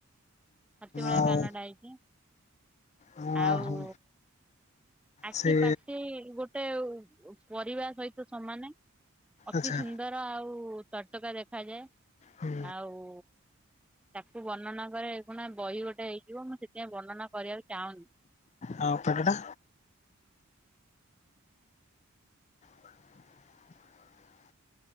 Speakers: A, in the centre; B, on the left (about 30°).
A: ହାତୀ ଭଳିଆ
B: ଆଉ
A: କାନ ଟା ହେଇଛିି
B: ଓହୋ
A: ଆଉ ଆଖି
B: ସେ
A: ପାଠି ଗୋଟେ ପରିବା ସହିତ ସମାନେ ଅତି
B: ଆଚ୍ଛା
A: ସୁନ୍ଦର। ଆଉ ତର୍ଟକା ଦେଖାଯାଏ
B: ହୁଁ
A: ଆଉ ତାକୁ ବର୍ଣ୍ଣନା କରେ ଏହି ଖୁଣା ବହି ଗୋଟେ ହେଇଯିବ ମୁଁ ସେଥିପାଇଁ ବର୍ଣ୍ଣନା କରିବାକୁ ଚାହୁଁନି।
B: ହଁ ପେଟଟା <unintelligible>